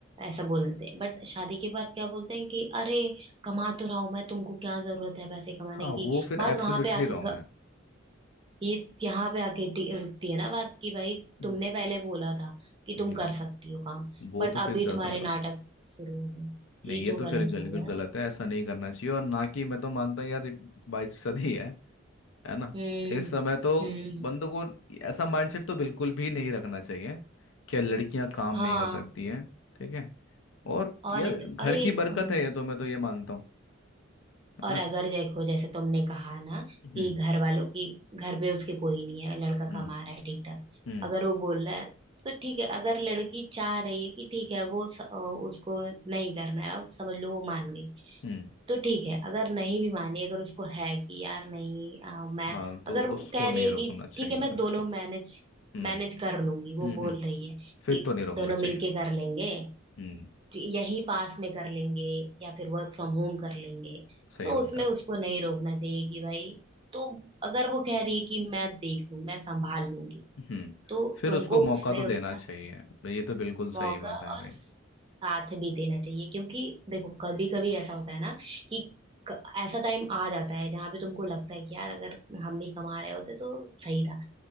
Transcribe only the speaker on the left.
हाँ
वो फिर
एब्सोल्युटली
रॉन्ग है
हम्म।
हम्म,
वो
तो फिर
ज़्यादा
लगा
नहीं
ये
तो फिर
बिल्कुल
गलत
है ऐसा नहीं करना चाहिए और ना कि मैं तो मानता हूँ यार बाईस फीसद ही है है ना
इस समय तो
बंदों को ऐसा माइंडसेट तो बिल्कुल भी नहीं रखना चाहिए कि लड़कियां काम
नहीं कर सकती हैं ठीक है और
यार घर
की बरकत
है ये तो मैं तो ये मानता हूँ है
ना
हम्म
हम्म
हम्म
हम्म
हाँ तो
उसको
नहीं
रोकना
चाहिए
फिर
तो
हम्म
हम्म
हम्म
फिर तो नहीं रोकना
चाहिए
हम्म
सही
बात
है
हम्म
फिर
उसको मौका
तो
देना चाहिए ये तो बिल्कुल सही
बात है
भाई